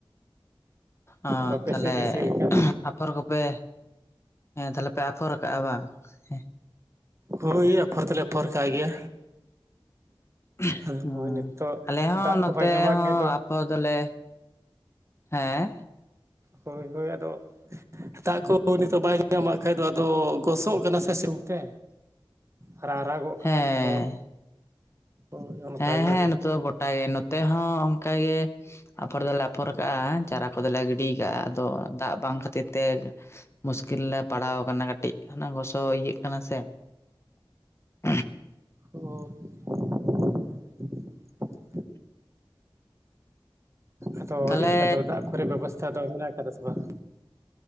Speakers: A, on the left; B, on the right.
A: ᱚ
B: ᱟᱫᱚ ᱟᱯᱮᱥᱮᱫ
A: ᱛᱟᱦᱚᱞᱮ
B: ᱜᱮ ᱪᱮᱫ ᱞᱮᱠᱟ
A: ᱟᱯᱷᱚᱨ ᱠᱚᱯᱮ ᱦᱮᱸ ᱛᱟᱦᱞᱮ ᱯᱮ ᱟᱯᱷᱚᱨ ᱠᱟᱜᱼᱟ ᱵᱟᱝ ᱦᱮᱸ
B: ᱦᱳᱭ ᱟᱯᱷᱚᱨ ᱛᱮᱞᱮ ᱟᱯᱷᱚᱨ ᱠᱟᱜ ᱜᱮᱭᱟ
A: ᱦᱮᱸ
B: ᱟᱫᱚ ᱱᱚᱜᱼᱚᱭ ᱱᱤᱛᱚᱜ
A: ᱟᱞᱮ ᱦᱚᱸ
B: ᱫᱟᱜ
A: ᱱᱚᱛᱮ
B: ᱠᱚ ᱵᱟᱭ ᱧᱟᱢᱟᱜ
A: ᱦᱚᱸ
B: ᱠᱷᱟᱡ ᱫᱚ
A: ᱟᱯᱚ ᱫᱚᱞᱮ ᱦᱮᱸ
B: ᱦᱳᱭ ᱦᱳᱭ ᱟᱫᱚ ᱫᱟᱜ ᱠᱚ ᱱᱤᱛᱚᱜ ᱵᱟᱭ ᱧᱟᱢᱟᱜ ᱠᱷᱟᱡ ᱫᱚ ᱟᱫᱚ ᱜᱚᱥᱚᱜ ᱠᱟᱱᱟ ᱥᱮ ᱥᱤᱛᱩᱝ ᱛᱮ
A: <inaudible>
B: ᱟᱨᱟᱜᱚᱜ ᱠᱟᱱᱟ
A: ᱦᱮᱸ
B: ᱛᱚ ᱦᱳᱭ ᱚᱱᱠᱟᱜᱮ
A: ᱦᱮᱸ ᱦᱮᱸ
B: ᱚᱵᱚᱥᱛᱟ
A: ᱱᱮᱛᱚ ᱫᱚ
B: ᱢᱮᱱᱟᱜᱼᱟ
A: ᱜᱚᱴᱟ ᱜᱮ ᱱᱚᱛᱮ ᱦᱚᱸ ᱚᱱᱠᱟᱜ ᱜᱮ ᱟᱯᱷᱚᱨ ᱫᱚᱞᱮ ᱟᱯᱷᱚᱨ ᱠᱟᱜᱼᱟ ᱪᱟᱨᱟ ᱠᱚᱫᱚᱞᱮ ᱜᱤᱰᱤ ᱠᱟᱜᱼᱟ ᱟᱫᱚ ᱫᱟᱜ ᱵᱟᱝ ᱠᱷᱟᱹᱛᱤᱨ ᱛᱮ ᱢᱩᱥᱠᱤᱞ ᱞᱮ ᱯᱟᱲᱟᱣ ᱠᱟᱱᱟ ᱠᱟᱹᱴᱤᱡ ᱦ ᱜᱚᱥᱚ ᱤᱭᱟᱹᱜ ᱠᱟᱱᱟ ᱥᱮ ᱦ <unintelligible>
B: <unintelligible> ᱟᱫᱚ
A: ᱛᱟᱦᱚᱞᱮ
B: ᱪᱮᱫ ᱞᱮᱠᱟ ᱫᱟᱜ ᱠᱚᱨᱮ ᱵᱮᱵᱚᱥᱛᱷᱟ ᱫᱚ ᱢᱮᱱᱟᱜ ᱠᱟᱫᱟ ᱥᱮ ᱵᱟᱝ?